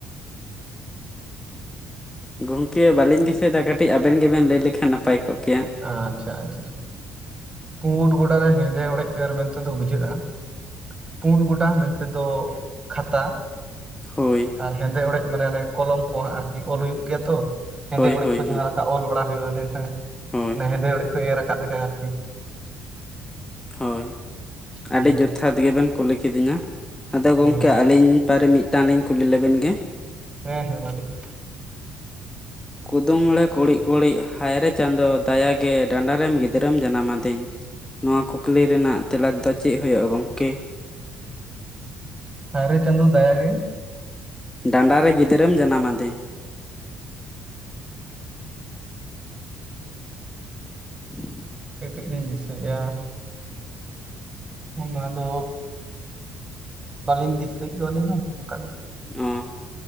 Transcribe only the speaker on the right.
ᱟᱪᱪᱷᱟ ᱟᱪᱪᱷᱟ ᱯᱩᱸᱰ ᱜᱚᱰᱟ ᱨᱮ ᱦᱮᱸᱫᱮ ᱦᱚᱲᱮᱡ ᱮᱨ ᱢᱮᱱᱛᱮᱫᱚ ᱵᱩᱡᱷᱟᱹᱜᱼᱟ ᱯᱩᱸᱰ ᱜᱚᱴᱰᱟ ᱢᱮᱱᱛᱮᱫ ᱫᱚ ᱠᱷᱟᱛᱟ ᱾
ᱟᱨ ᱦᱮᱸᱫᱮ ᱦᱚᱲᱮᱡ ᱢᱟᱱᱮ ᱠᱚᱞᱚᱢ ᱠᱚ ᱟᱨᱠᱤ ᱚᱞ ᱦᱩᱭᱩᱜ ᱜᱮᱭᱟ ᱛᱚ ᱦᱮᱸᱫᱮ
ᱦᱚᱲᱮᱡ
ᱠᱚ
ᱡᱟᱦᱟᱸ ᱮᱴᱟᱜ ᱚᱞ ᱵᱟᱲᱟ ᱦᱩᱭᱩᱜᱼᱟ ᱮᱠᱷᱟᱱ
ᱦᱮᱸᱫᱮ ᱦᱚᱲᱮᱡ ᱠᱚ ᱮᱨ ᱟᱠᱟᱫ ᱞᱮᱠᱟ ᱟᱨᱠᱤ
ᱦᱩᱸ
ᱦᱩᱸ
ᱦᱮᱸ ᱦᱮᱸ <unintelligible>
ᱦᱟᱭ ᱨᱮ ᱪᱟᱸᱫᱚ ᱫᱟᱭᱟ ᱜᱮ
ᱦᱟᱯᱮ ᱠᱟᱹᱡ ᱞᱤᱧ ᱫᱤᱥᱟᱹᱭᱮᱫᱼᱟ ᱚᱱᱟ ᱫᱚ ᱵᱟᱹᱞᱤᱧ ᱫᱤᱥᱟᱹᱭᱮᱫ ᱫᱚ ᱟᱹᱞᱤᱧ ᱦᱚᱸ ᱚᱱᱠᱟᱜᱮ